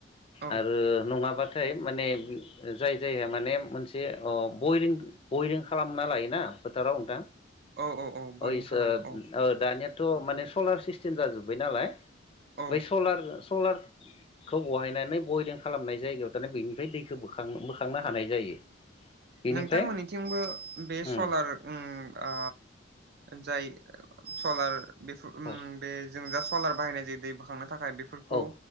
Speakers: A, on the right (about 55°); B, on the left (about 30°).
A: औ
B: आरो माबाथाय माने जाय जायहा माने मोनसे अ बयरिं खालामना लायोना फोथाराव नोंथां।
A: औ औ औ बरिं
B: अ इसो
A: खालामो औ
B: अ दानियाथ' माने सलार सिस्टेम जाजोब्बाय नालाय
A: औ
B: बै स'लार सलार खौ बहायनानै बाहायदों खालामनाय जायगायाव दाना बेनिफ्राय दैखौ बोखां बोखांनो हानाय जायो। बेनिफ्राय
A: नोंथांमोननिथिंबो बे
B: उम
A: सलार ओ आ जाय सलार बेखौ ओ
B: औ
A: बे जों दा सलार बाहायनाय जायो दै बोखांनो थाखाय। बेफोरखौ
B: औ